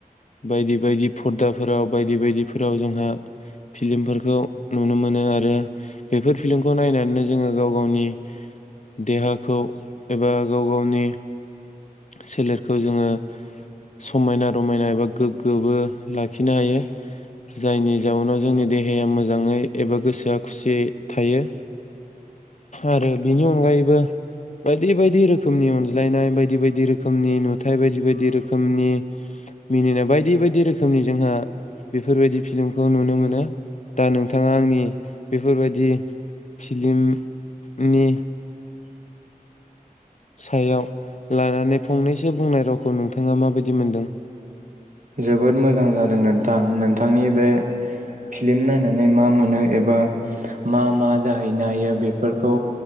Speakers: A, on the left; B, on the right.
A: बायदि बायदि फर्दाफोराव बायदि बायदिफोराव जोंहा फिलिमफोरखौ नुनो मोनो आरो बेफोर फिलिमखौ नायनानैनो जोङो गाव गावनि देहाखौ एबा गाव गावनि सोलेरखौ जोङो समायना रमायना एबा गोग्गोबो लाखिनो हायो जायनि जाउनाव जोंनि देहाया मोजाङै एबा गोसोआ खुसियै थायो आरो बिनि अनगायैबो बायदि बायदि रोखोमनि अनज्लायनाय बायदि बाय यदि रोखोमनि नुथाय बायदि बायदि रोखोमनि मिनिनाय बायदि बायदि रोखोमनि जोंहा बेफोरबायदि फिलिमखौ नुनो मोनो दा नोंथाङा आंनि बेफोरबायदि फिलिमनि सायाव लानानै फंनैसो बुंनाय रावखौ नोंथाङा माबायदि मोनदों?
B: जोबोद मोजां जादों नोंथां नों थांनि बे फिलिम नायनानै मा मोनो एबा मा मा जाहैनो हायो बेफोरखौ